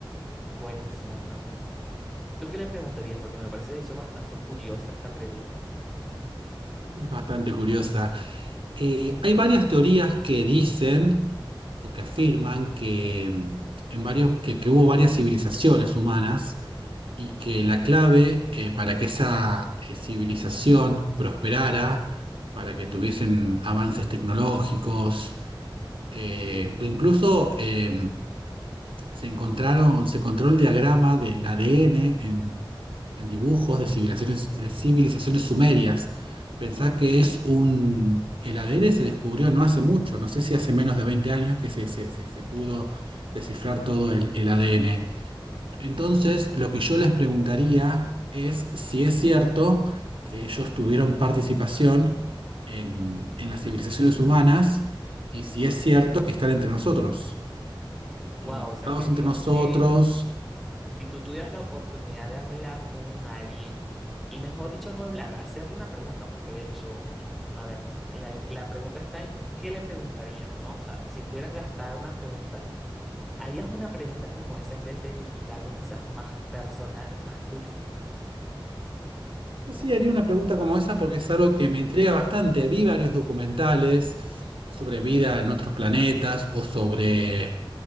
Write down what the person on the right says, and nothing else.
Es bastante curiosa. Eh, hay varias teorías que dicen o que afirman que, mm, en varios, que que hubo varias civilizaciones humanas y que la clave eh, para que esa eh, civilización prosperara, para que tuviesen avances tecnológicos, eh, pues incluso eh, se encontraron, se encontró el diagrama del ADN en, en dibujos de civilizaciones, de civilizaciones sumerias. Pensá que es un... El ADN se descubrió no hace mucho, no sé si hace menos de 20 años que se, se- se- se pudo descifrar todo el, el ADN. Entonces, lo que yo les preguntaría es si es cierto que ellos tuvieron participación en, en las civilizaciones humanas y si es cierto que están entre nosotros o
mezclados
entre
nosotros.
Sí,
sí haría una pregunta como esa porque es algo que me intriga bastante. Vi varios documentales sobre vida en otros planetas o sobre